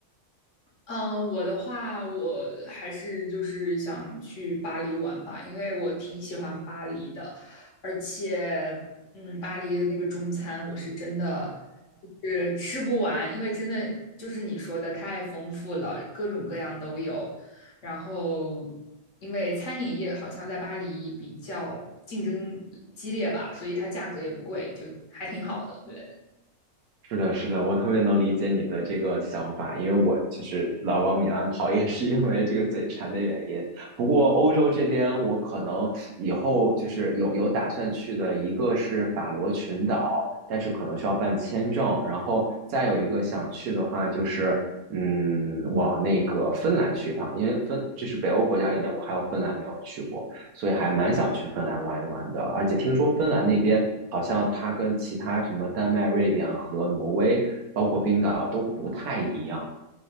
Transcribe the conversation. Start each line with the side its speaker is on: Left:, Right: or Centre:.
Left: 嗯，我的话，我还是就是想去巴黎玩吧，因为我挺喜欢巴黎的，而且，嗯，巴黎的那个中餐我是真的就是吃不完，因为真的就是你说的太丰富了，各种各样都有。然后，因为餐饮业好像在巴黎比较竞争激烈吧，所以它价格也不贵，就还挺好的，对。
Right: 是的，是的，我特别能理解你的这个想法，因为我其实老往米兰跑 <laughs> 也是因为这个嘴馋的原因。不过欧洲这边，我可能以后就是有有打算去的，一个是法罗群岛，但是可能需要办签证，然后再有一个想去的话就是，嗯，往那个芬兰去一趟，因为芬就是北欧国家里面，我还有芬兰没有去过。所以还蛮想去芬兰玩一玩的。而且听说芬兰那边好像它跟其他什么丹麦、瑞典和挪威，包括冰岛都不太一样。